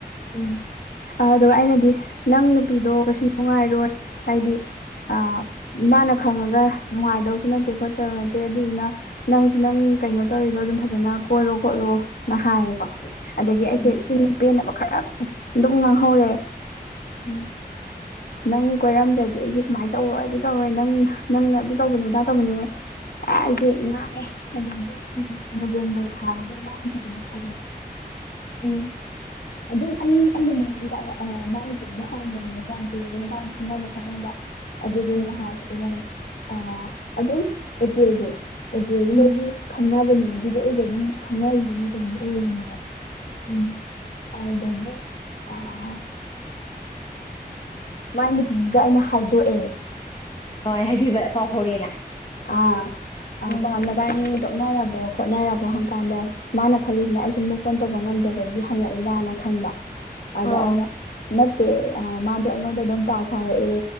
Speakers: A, on the left; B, on the left.
A: ꯎꯝ
B: ꯑꯗꯨꯒ ꯑꯩꯅꯗꯤ ꯅꯪ ꯅꯨꯄꯤꯗꯣ ꯀꯩꯁꯨ ꯅꯨꯡꯉꯥꯏꯔꯣꯏ ꯍꯥꯏꯗꯤ ꯑꯥ ꯃꯥꯅ ꯈꯪꯉꯒ ꯅꯨꯡꯉꯥꯏꯗꯧꯁꯨ ꯅꯠꯇꯦ ꯈꯣꯠꯇꯧꯁꯨ ꯅꯠꯇꯦ ꯑꯗꯨꯗꯨꯅ ꯅꯪꯁꯨ ꯅꯪ ꯀꯩꯅꯣ ꯇꯧꯔꯤꯗꯣ ꯑꯗꯨꯝ ꯐꯖꯅ ꯀꯣꯏꯔꯣ ꯈꯣꯠꯂꯣꯅ ꯍꯥꯏꯌꯦꯀꯣ ꯑꯗꯒꯤ ꯑꯩꯁꯦ
A: ꯎꯝ
B: ꯆꯤꯟ ꯄꯦꯟꯅꯕ ꯈꯔ ꯑꯗꯨꯝ ꯉꯥꯡꯍꯧꯔꯦ
A: ꯎꯝ
B: ꯅꯪ ꯀꯣꯏꯔꯝꯗ꯭ꯔꯗꯤ ꯑꯩꯁꯦ ꯁꯨꯃꯥꯏꯅ ꯇꯧꯔꯣꯏ ꯑꯗꯨ ꯇꯧꯔꯣꯏ ꯅꯪ ꯅꯪꯅ ꯑꯗꯨ ꯇꯧꯕꯅꯤ ꯑꯗꯥ ꯇꯧꯕꯅꯦ ꯑꯖꯤ ꯉꯥꯡꯉꯦ ꯑꯗꯒꯤ
A: ꯎꯝ
B: ꯅꯣꯕꯦꯝꯕꯔ ꯊꯥꯗꯨꯗ ꯃꯥ ꯅꯨꯄꯤꯗꯨꯁꯨ ꯈꯥꯏꯅꯔꯦ
A: ꯎꯝ
B: ꯑꯗꯨꯝ ꯑꯩ ꯑꯩꯅ ꯃꯉꯣꯟꯗ ꯗꯥꯏꯔꯦ ꯑ ꯃꯥꯏ ꯅꯨꯄꯤꯗꯨꯗ ꯍꯪꯕꯅꯦꯕ ꯀꯌꯥꯝ ꯀꯨꯔꯒꯦ ꯅꯕꯅꯤ ꯈꯪꯅꯕ ꯈꯣꯠꯅꯕ ꯑꯗꯨꯗꯨꯅ
A: ꯎꯝ
B: ꯍꯥꯏꯔꯒ ꯗꯨꯒꯅꯦ ꯑꯥ ꯑꯗꯨꯝ ꯑꯦꯄ꯭ꯔꯤꯜꯁꯦ ꯑꯦꯄ꯭ꯔꯤꯜꯁꯤꯗꯒꯤ
A: ꯎꯝ
B: ꯈꯪꯅꯕꯅꯦ ꯑꯗꯨꯗꯤ ꯑꯩꯒ ꯑꯗꯨꯝ ꯈꯪꯅꯔꯤꯕ ꯃꯇꯝꯗꯣ ꯑꯣꯏꯔꯤꯅꯦꯕ
A: ꯎꯝ
B: ꯑꯗꯨꯗꯒꯤ ꯑꯥ ꯃꯥꯏ ꯅꯨꯄꯤꯁꯤꯗ ꯑꯩꯅ ꯍꯥꯏꯗꯣꯛꯑꯦ
A: ꯀꯃꯥꯏꯅ ꯍꯥꯏꯗꯣꯏꯕ ꯄꯥꯎ ꯐꯥꯎꯔꯛꯑꯦꯅ
B: ꯑꯥ ꯑꯥ
A: ꯎꯝ
B: ꯄꯥꯎ ꯅꯕꯅꯤ ꯇꯣꯛꯅꯔꯕꯣ ꯈꯣꯠꯅꯔꯕ꯭ꯔꯣ ꯥꯋꯥ ꯍꯪꯀꯥꯟꯗ ꯃꯥꯅ ꯈꯜꯂꯤꯁꯤꯅ ꯑꯩꯁꯦ ꯃꯨꯞ ꯑꯣꯟ ꯇꯧꯕ ꯉꯝꯗꯕꯒꯤ ꯍꯪꯉꯛꯏꯔꯥꯅ ꯈꯟꯕ ꯑꯗ
A: ꯑꯥꯎ
B: ꯑꯩꯅ ꯅꯠ ꯇꯦ ꯑꯥ ꯃꯥꯗꯣ ꯑꯩꯉꯣꯟꯗ ꯑꯗꯨꯝ ꯄꯥꯎ ꯐꯥꯎꯔꯛꯑꯦ